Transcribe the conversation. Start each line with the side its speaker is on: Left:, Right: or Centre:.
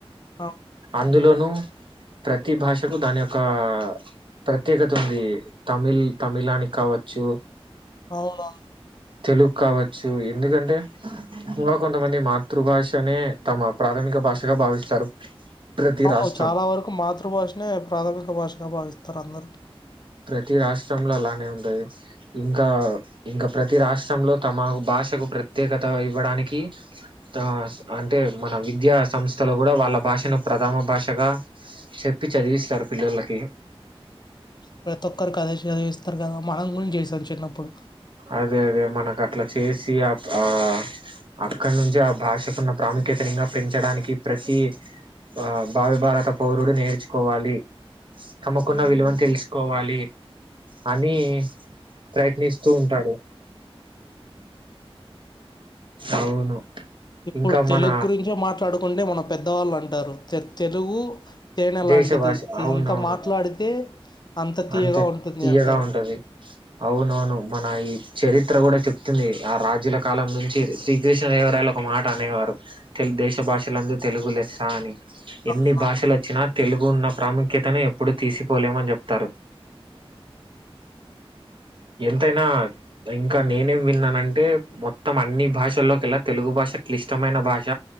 Left: ఆ
Right: అందులోనూ ప్రతి భాషకు దాని యొక్క ప్రత్యేకత ఉంది తమిళ్ తమిళానికి కావచ్చు
Left: అవునా
Right: తెలుగు కావ సో ఎందుకంటే ఇంకా కొంతమంది మాతృభాషనే తమ ప్రాథమిక భాషగా భావిస్తారు ప్రతి
Left: అవును
Right: రాష్ట్రం
Left: చాలా వరకు మాతృభాషనే ప్రాథమిక భాషగా భావిస్ స్తరు అందరు
Right: ప్రతి రాష్ట్రంలో అలానే ఉండది ఇంకా ఇంకా ప్రతి రాష్ట్రంలో తమ భాషకు ప్రత్యేకత ఇవ్వడానికి దా అంటే మన విద్యా సంస్థలు కూడా వాళ్ళ భాషను ప్రధాన భాషగా చెప్పి చదివిస్తారు పిల్లలకి
Left: ప్రతి ఒక్కరు కదా చదివిస్తారు కదా మనం గుడ చేసాం చిన్నప్పుడు
Right: అదే అదే మనకు అట్లా చేసి ఆ ఆ అక్కడ నుంచి ఆ భాషకున్న ప్రాముఖ్యతను పెంచడానికి ప్రతి ఆ భావి భారత పౌరుడు నేర్చుకోవాలి తమకున్న విలువను తెలుసుకోవాలి అని ప్రయత్నిస్ తూ ఉంటాడు అవును
Left: ఇప్పుడు
Right: ఇంకా
Left: తెలుగు
Right: మన
Left: గురించే మాట్లాడు ముందే మన పెద్దవాళ్ళు అంటారు తె తెలుగు తేనె
Right: దేశ
Left: లాంటిది.
Right: భాష అవునవును
Left: ఎంత మాట్లాడితే తీయగా
Right: అంత
Left: ఉంటుంది
Right: తీయగా
Left: అంటారు.
Right: ఉంటది అవునవును మన ఈ చరిత్ర కూడా చెప్ స్తది ఆ రాజ్యుల కాలం నుంచి శ్రీకృష్ణదేవరాయలు ఒక మాట అనేవారు తెలు దేశ భాషలందు తెలుగు లెస్స అని ఎన్ని
Left: అవునవును.
Right: భాషల తెలుగు ఉన్న ప్రాముఖ్యతని ఎప్పుడు తీసిపోలేమని చెప్తారు ఎంతైనా ఇంకా నేనేం విన్నానంటే మొత్తం అన్ని భాషల్లోకెల్ల తెలుగు భాష క్లిష్టమైన భాష